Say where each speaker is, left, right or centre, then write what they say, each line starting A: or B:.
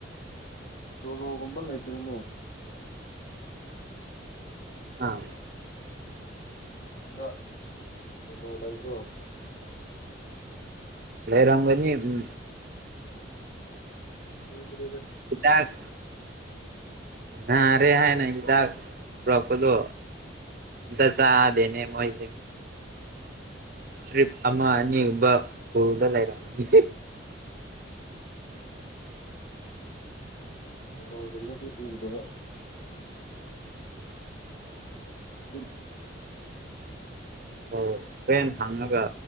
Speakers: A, on the left; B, on the right.
A: ꯗꯣꯂꯣꯒꯨꯝꯕ ꯂꯩꯇ꯭ꯔꯦꯅꯣ
B: ꯑꯥ
A: ꯗ ꯀꯂꯣ ꯂꯩꯕ꯭ꯔꯣ
B: ꯂꯩꯔꯝꯒꯅꯤ ꯎꯝ
A: ꯎꯗꯣꯖ
B: ꯀꯤꯗꯥꯛ ꯅꯥꯔꯦ ꯍꯥꯏꯅ ꯍꯤꯗꯥꯛ ꯄꯨꯔꯛꯄꯗꯣ ꯍꯤꯗꯥꯛ ꯆꯥꯗꯦꯅꯦ ꯃꯣꯏꯁꯦ ꯏꯁꯇꯔꯤꯞ ꯑꯃ ꯑꯅꯤꯒꯨꯝꯕ ꯄꯨꯔꯗ ꯂꯩꯔꯝꯅꯤ
A: ꯑꯣꯃꯂꯗꯕ ꯎ <inaudible>
B: ꯑꯣ ꯍꯣꯔꯦꯟ ꯍꯪꯉꯒ